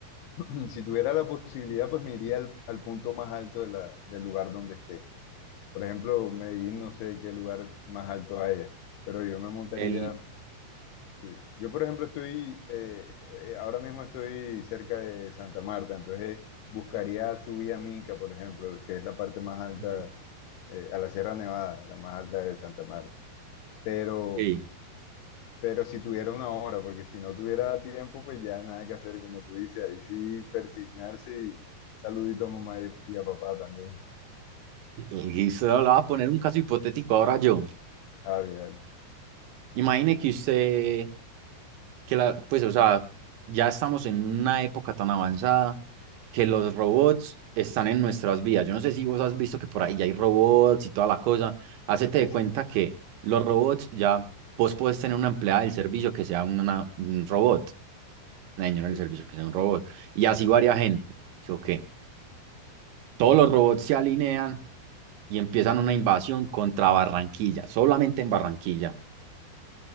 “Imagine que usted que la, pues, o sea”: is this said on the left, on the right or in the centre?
Right